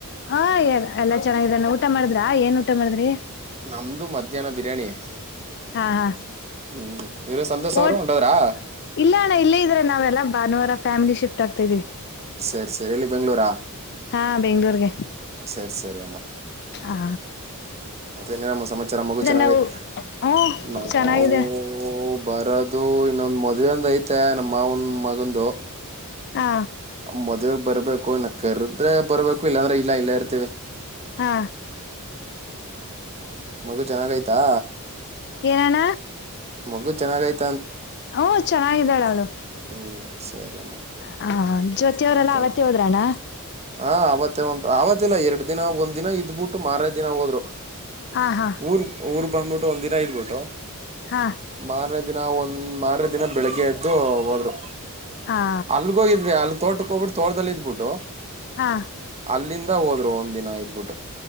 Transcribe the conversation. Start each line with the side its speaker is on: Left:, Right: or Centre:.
Left: ಹ ಎಲ್ಲ ಎಲ್ಲಾ ಚೆನ್ನಾಗಾನ ಊಟ ಮಾಡಿದ್ ಾ ಏನ್ ಊಟ ಮಾಡಿದ್ರಿ
Right: ನಮ್ದು ಮಧ್ಯಾಹ್ನ ಬಿರಿಯಾನಿ
Left: ಹಾ ಹಾ
Right: ಹ್ಮ್ ಇವ್ರು ಸಂತೋಷ್ ಅವರು
Left: ಟ್
Right: ಹೊಂಟೋದ್ರಾ
Left: ಇಲ್ಲ ಅಣ್ಣ ಇಲ್ಲೇ ಇದ್ರ ನಾವೆಲ್ಲ ಭಾನುವಾರ ಫ್ಯಾಮಿಲಿ ಶಿಫ್ಟ್ ಗಾಗ್ತಾ ಇದೀವಿ
Right: ಸರಿ ಸರಿ ಇಲ್ಲಿ ಬೆಂಗ್ಗಳೂರಾ
Left: ಹಾ ಬೆಂಗ್ಳೂರ್ಗೆ
Right: ಸರಿ ಸರಿ ಅಮ್ಮ
Left: ಹಾ
Right: ಹ್ಮ ಮತ್ತೆನಮ್ಮ ಸಮಾಚಾರ ಮಗು ಚೆನ್ನಾಗತ್
Left: ನಾವು ಹ್ಮ
Right: ನಾಾವವು
Left: ಚೆನ್ನಾಗಿದೆ
Right: ಬರದು ಇನ್ನೊಂದ್ ಮದ್ವೆ ಒಂದ ಐತೆ ನಮ್ಮ ಮಾವನ್ ಮಗಂದು
Left: ಹಾ
Right: ಮದ ಬರ್ಬೇಕು ಇನ್ನ ಕರದ್ರೆ ಬರ್ಬೇಕು ಇಲ್ಲಾಂದ್ರೆ ಇಲ್ಲ ಇಲ್ಲ ಇರ್ತಿೀವಿ
Left: ಹಾ
Right: ಮಗು ಚೆನ್ನಾಗ ಆಯ್ತಾ
Left: ಏನಣ
Right: ಮಗು ಚೆಾಗೈತಿ
Left: ಹಓ ಚೆನ್ನಾಗಿದ್ದಾಳ ಅವಳು
Right: ಹ್ಮ್ ಸರಿ ಅಮ್ಮ
Left: ಹ ಜೊತೆಯವ್ರಲ್ಲಾ
Right: ಮತ್ತೇಮ್ಮ
Left: ಅವತ್ತ ಹೋದ್ರಣ್ಣ
Right: ಹಾ ಅವತ್ತೇ ಉಂಟು ಆತ್ತ ಗತ್ತಿಲ್ಲ ಎರಡ್ ದಿನ ಒಂದ್ ದಿನ ಇದ್ಬಿಟ್ಟು ಮಾರನೇ ದಿನ ಹೋದ್ರು
Left: ಹಾ ಹಾ
Right: ಊರ್ ಊರ್ ಬಂಬಟ್ಟ ಒಂದ ದಿನ ಇದ್ಬಿಟ್ಟು
Left: ಹಾ
Right: ಬಾರ ದಿನ ಒಂದ್ ಮಾರ ದಿನ ಬೆಳಿಗ್ಗೆ ಎದ್ದು ಹೋದ್ರು
Left: ಹಾ
Right: ಅಲ್ಗ ಹೋಗಿದ್ವಿ ಅಲ್ ತೋಟಕ್ಕೆ ಹೋಗಬಿು ತೋರ್ದಲ್ಲಿ ಇದ್ಬಿಟ್ಟು
Left: ಹಾ
Right: ಅಲ್ಲಿಂದ ಹೋದ್ರು ಒಂದ್ ದಿನ ಐದ್ಬಿಟ್ಟು